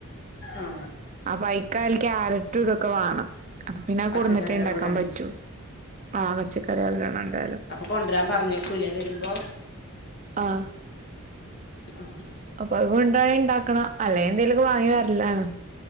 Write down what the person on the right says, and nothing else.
അപ്പൈക്ക് കൽ ക്യാരറ്റ് ഇതൊക്കെ വേണം അപ്പൊ പിന്നെ അഹ്
കൊട്ന്നിട്ടെ ഇണ്ടാക്കാൻ പറ്റൂ ആ പച്ചക്കറി നല്ലോണ ഇണ്ടായാലെ
ആഹ്
അപ്പൊ അത് കൊണ്ടരാണി ഇണ്ടാക്കണം അല്ലേ എന്തേലൊക്കെ വാങ്ങി വരല്ലാണ്